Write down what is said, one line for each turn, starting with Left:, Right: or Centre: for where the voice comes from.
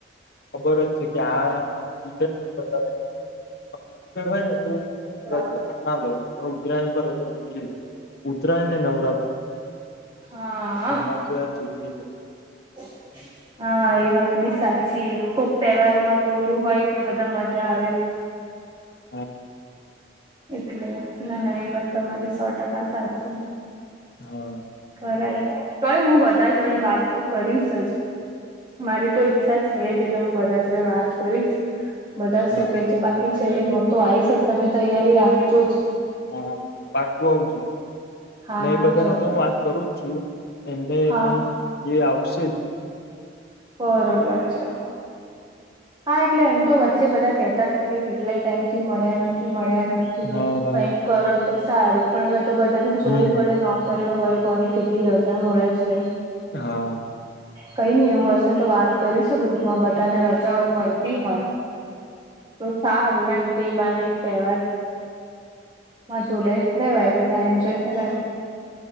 Left: ખબર જ છે કે આ રીતે વધારે છે પણ બીજું હોય ને તો
Right: હા
Left: રજા પણ ઉત્તરાયણ પર તો રજા જોઈએ જ ઉત્તરાયણ ને નવરાત્રી
Right: હા
Left: એમાં તો આ જોઈએ છે.
Right: ઓ <inaudible> હા એ વાત બી સાચી કોક તહેવારો માં તો ઓલું હોય કે બધા મજા આવે. <inaudible>
Left: હમ.
Right: એટલે ના ના એ વાત તમારી સો ટકા સાચી.
Left: હા.
Right: ખ તોય હું બધા જોડે વાત તો કરીશ જ. મારી તો ઈચ્છા છે જ એટલે હું બધા જોડે વાત કરીશ. બધા શું
Left: હા
Right: કે છે બાકી છેલ્લે ન તો આઈ સર તમે તૈયારી રાખજો જ.
Left: હા પાટું આવું છું
Right: હા
Left: એ
Right: હા
Left: બધાને
Right: ચોક
Left: તો હું વાત કરું જ છું. એમને
Right: હા
Left: પણ એ આવશે જ.
Right: બરોબર છે. હા એટલે એમ તો વચ્ચે બધા કેતા જ હતા કે કેટલાય ટાઈમથી મળ્યા નથી મળ્યા નથી.
Left: હા હા
Right: કઈક કરો તો સારું પણ હવે તો બધાનું
Left: હમ
Right: જોવું પડે નોકરીઓ હોય. કોને કેટલી રજા મળે છે.
Left: હા.
Right: કઈ નઈ એવું હશે તો વાત કરીશું ગ્રુપમાં બધાને ર. મળતી હોય તો સારું એમ કે બાને એક તહેવાર. હ જોડે લેવાય બધા એન્જોય કરાય.